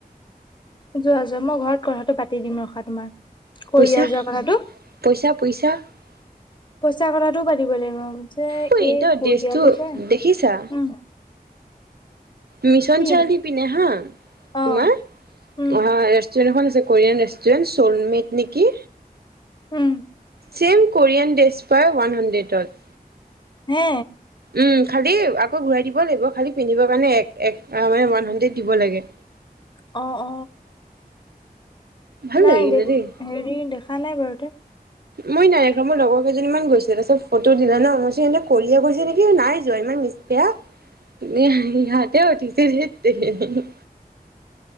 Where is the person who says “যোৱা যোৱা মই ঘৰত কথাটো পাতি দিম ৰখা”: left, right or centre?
Left